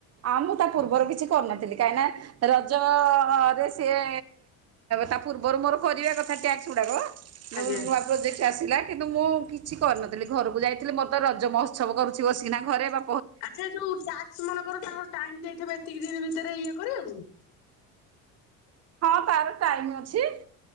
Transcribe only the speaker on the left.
ଆଜ୍ଞା।
ଆଚ୍ଛା ଯୋଉ ଟ୍ୟାକ୍ସ ମାନଙ୍କର ତାଙ୍କର ଟାଇମ୍ ଦେଇଥେବେ ଏତିକି ଦିନ ଭିତରେ ଇଏ କରିଆକୁ?